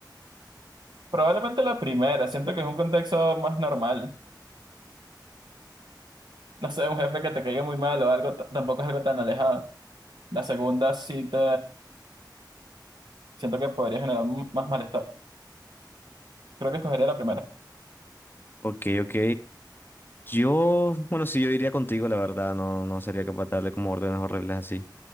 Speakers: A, on the right (about 70°); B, on the left (about 25°).
A: probablemente la primera. Siento que es un contexto más normal. No sé, un jefe que te caiga muy mal o algo, t- tampoco es algo tan alejado. La segunda sí te... Siento que podría generar m- más malestar. Creo que escogería la primera.
B: Ok, ok. Yo, bueno, sí, yo iría contigo, la verdad, no, no sería capaz de darle como órdenes horribles así.